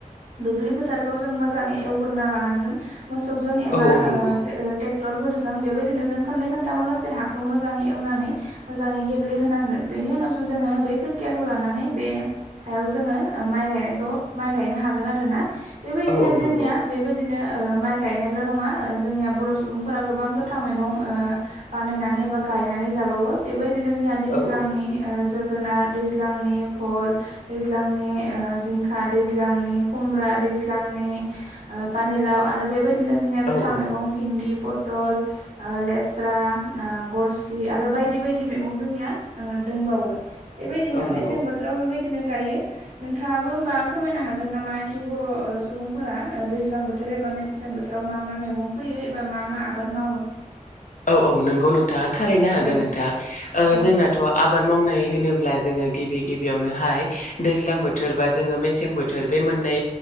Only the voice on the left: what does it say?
औ औ
नंगौ
औ औ
नंगौ
औ
औ औ
औ
नंगौ
औ औ नंगौ नोंथां थारैनो हागोन
नोंथां ओ
जोंनाथ' आबाद मावनाय होनोब्ला जोङो गिबि गिबियावनोहाय दैज्लां बोथोर बा जोङो मेसें बोथोर बे मोननै